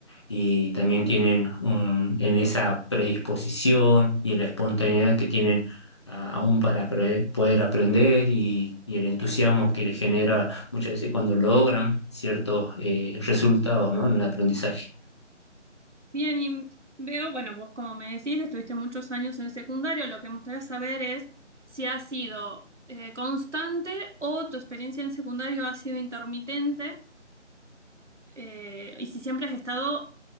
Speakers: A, on the left; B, on the right.
A: y también tienen un- en esa predisposición y en la espontaneidad que tienen a- aún para pre- poder aprender y, y el entusiasmo que les genera muchas veces cuando logran ciertos eh, resultados, ¿no? en el aprendizaje.
B: Bien, y veo, bueno, vos como me decís, estuviste muchos años en el secundario, lo que me gustaría saber es si ha sido eh, constante o tu experiencia en secundario ha sido intermitente eh, y si siempre has estado,